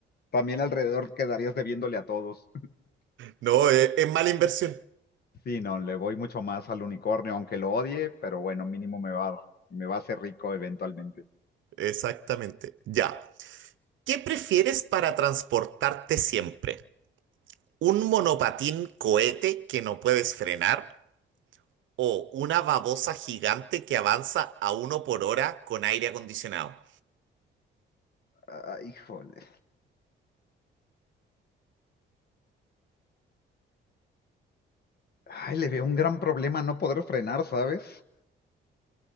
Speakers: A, on the left; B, on the right.
A: también alrededor quedarías debiéndole a todos. <laughs>
B: No, eh, es, mala inversión.
A: Sí, no, le voy mucho más al unicornio, aunque lo odie, pero bueno, mínimo me va, me va a hacer rico eventualmente.
B: Exactamente. Ya. ¿Qué prefieres para transportarte siempre? ¿Un monopatín cohete que no puedes frenar o una babosa gigante que avanza a uno por hora con aire acondicionado?
A: Ay, híjole. Ay, le veo un gran problema no poder frenar, ¿sabes?